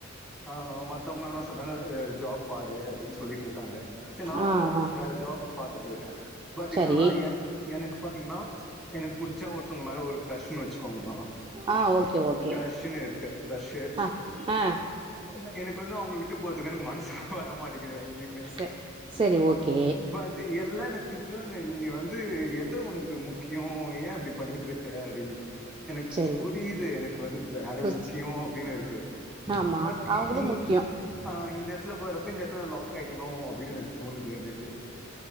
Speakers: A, in the centre; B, on the right (about 25°).
A: ஆ மத்தவுங்ளா என்ன சொல்றாங்க வேற ஜாப் பாரு அப்டின் சொல்லிட்டுருக் இருக்காங்க செரி நானு
B: ஆ ஆ
A: வேற ஜாப் பாத்துட்டு இருக்கே பட்
B: சரி
A: இன்னன்னா ஏ எனக்கு பாத்தீங்கன்னா எனக்கு புடிச்சா ஒருத்தவுங்க மேல ஒரு க்ரஷ்னு வச்சுக்கோங்களா
B: ஆ ஓகே ஓகே
A: க்ரஷனு இருக்கு க்ரஷு
B: ஆ ஆ
A: இன்ன எனக்கு வந்து அவுங்கள விட்டு போறதுக்கு எனக்கு மனசு வரமாட்டிக்குதா எங்கயுமே
B: ச சரி ஓகே
A: பட் ட்டு எல்லா என்ன திட்றாங்க நீ இங்க வந்து எத உனக்கு க்கு முக்கியோ ஏ அப்டி பண்ணிட்ருக்க அப்டின்ட்டு எனக்
B: சரி
A: புரியுது
B: ஓ
A: எனக்கு வந்து வேல
B: சொச்
A: முக்கியோ அப்புடினு இருக்கு
B: ஆமா
A: பட்
B: அவங்களு
A: இங்
B: முக்கியோ
A: ஆ இந்த எடத்துல வர்றப்ப இந்த எடத்துல லாக் ஆயிட்டனோ அப்டினு எனக்கு தோணுது எனக் க்கு